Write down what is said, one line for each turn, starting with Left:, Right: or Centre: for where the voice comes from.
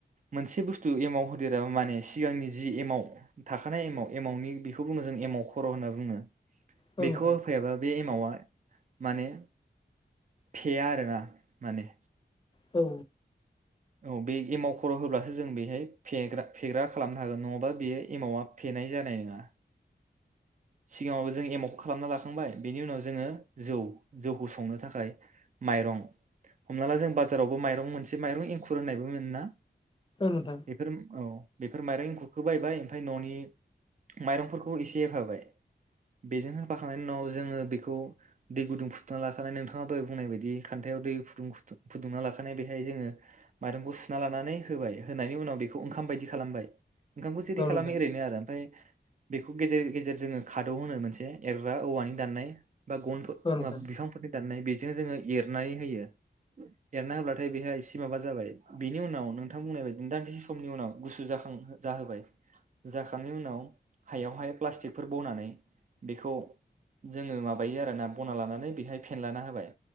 Right: मोनसे बुस्थु एमाव होदेरा माने सिगांनि जि एमाव थाखानाय एमाव एमावनि बेखौ बुङो जों एमाव खर होनना बुङो
Left: औ नोंथां
Right: बेखौ होफैयाबा बे एम मावा माने फेया आरोना माने
Left: औ
Right: औ बे एमाव खर' होब्लासो जों बेहाय फेग्रा फेग्रा खालामनो हागोन नङाबा बेयो एमावआ फेनाय जानाय नङा <inaudible> सिगाङावबो जों एमखो खालामना लाखांबाय बेनि उनाव जोङो जौ जौखौ संनो थाखाय माइरं हमना ला जों बाजारावबो माइरं मोनसे माइरं एंखुर होननायबो मोनोना
Left: नोंथां
Right: बेफोर औ बेफोर माइरं एंखुरखौ बायबाय ओमफाय ननि माइरंफोरखौ एसेहोफाबाय बेजों होफाखांनायनि उनाव जोङो बेखौ दै गुदुं फुदुंना लाखानाय नोंथाङा दहाय बुंनाय बायदि खान्थायाव दै फुदु गुदुं फुदुंना लाखानाय बेहाय जोङो माइरंखौ सुना लानानै होबाय होनायनि उनाव बेखौ ओंखाम बायदि खालामबाय ओंखामखौ जेरै
Left: औ
Right: खालामो
Left: नोंथां
Right: एरैनो आरो ओमफाय बेखौ गेजेर गेजेर जोङो खादौ होनो मोनसे एरग्रा औवानि दान्नाय बा गन
Left: औ नोंथां
Right: बिफांफोरनि दाननाय बे जों जोङो एरनाय होयो एरना होबलाथाय बेहा एसे माबा जाबाय बेनि उनाव नोंथां बुंनायबादिसो दान्दिसे समनि उनाव गुसुजाखां जाहोबाय जांनायनि उनाव हायावहाय प्लास्टिकफोर बनानै बेखौ जोङो माबायो आरोना बना लानानै बेहाय फेनलाना होबाय